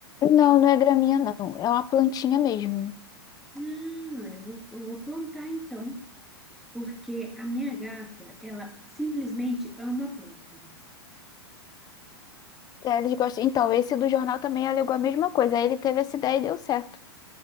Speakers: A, on the left; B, in the centre.
A: Não, não é graminha, não. É uma plantinha mesmo.
B: Não, eu vou, eu vou plantar então, porque a minha gata, ela simplesmente ama planta.
A: É, Eles gostam. Então, esse do jornal também alegou a mesma coisa. Aí ele teve essa ideia e deu certo.